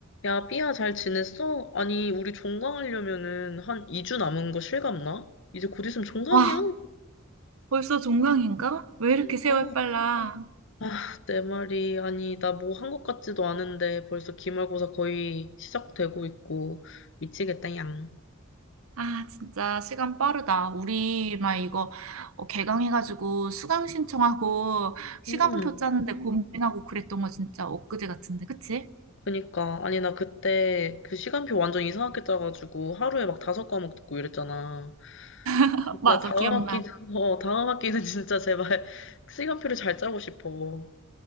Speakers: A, on the left; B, on the right.
A: 야, 삐야, 잘 지냈어? 아니, 우리 종강하려면은 한 2주 남은 거 실감나? 이제 곧 있으면 종강이야.
B: 와, 벌써 종강인가? 왜 이렇게
A: 그러니까.
B: 세월 빨라?
A: 아, 내 말이. 아니, 나 뭐 한 것 같지도 않은데 벌써 기말고사 거의 시작되고 있고. 미치겠다, 양.
B: 아, 진짜 시간 빠르다. 우리 막 이거 어, 개강해가지고 수강 신청하고 시간표
A: 음,
B: 짜는데 고민하고 그랬던 거 진짜 엊그제 같은데, 그치?
A: 그니까. 아니, 나 그때 그 시간표 완전 이상하게 짜가지고 하루에 막 다섯 과목 듣고 이랬잖아.
B: <laughs> 맞아,
A: 나 다음
B: 기억나.
A: 학기, 어, 다음 학기는 진짜 제발 <laughs> 시간표를 잘 짜고 싶어.